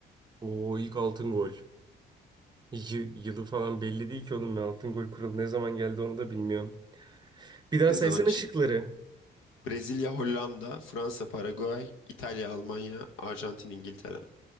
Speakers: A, on the right; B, on the left.
A: Oo ilk altın gol. Y- yılı falan belli değil ki oğlum ben altın gol kuralı ne zaman geldi onu da bilmiyorum. Bir daha
B: Ne
A: saysana
B: zaman çıktı?
A: şıkları.
B: Brezilya Hollanda Fransa Paraguay İtalya Almanya Arjantin İngiltere